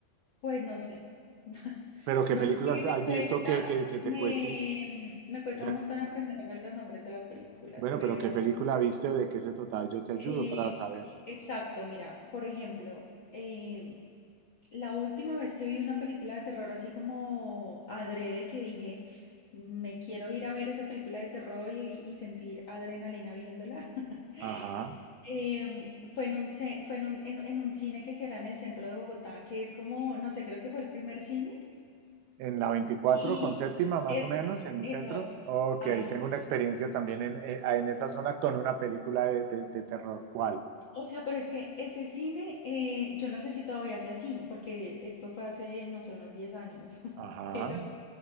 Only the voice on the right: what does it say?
Pero ¿qué
películas
has
visto que, que, que
te cuesten?
O sea,
bueno,
pero ¿qué película viste o de qué se trataba? Yo te ayudo
para saber.
Ajá.
En la 24
con séptima, más
o menos, en el
centro. Ok,
tengo una experiencia también en, eh, en esa zona con una película de, de- de terror. ¿Cuál?
Ajá.